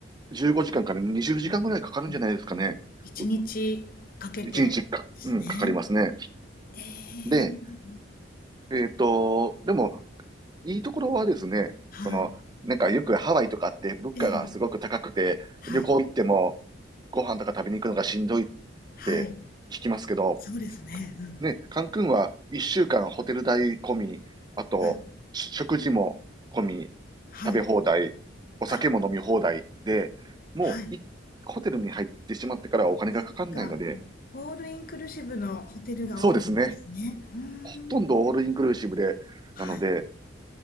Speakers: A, on the right; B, on the left.
A: 15時間かんから20時間ぐらいかかるんじゃないですかね。
B: うんうんうん。一日かけてですね。
A: う1日か、うん、かかりますね。
B: え
A: で、
B: え
A: えっと、でも、いいところはですね、
B: はい。
A: その、なんかよくハワイとかって物価がすごく高くて、
B: ええはい。
A: 旅行行ってもご飯とか食べに行くのがしんどいっ
B: はい。
A: て聞きますけど、
B: そうですね。うん。
A: ね、カンクンは一週間ホテル代込み、あと食事も込み、
B: はい。はい。
A: 食べ放題、お酒も飲み放題で、
B: あ、
A: もういホテルに入ってしまってからはお金がかかんないので、
B: はい。そっか。あのオールインクルーシブのホテルが多いんですね。
A: そうですね。
B: うーん。
A: ほとんどオールインクルーシブで、
B: は
A: なので、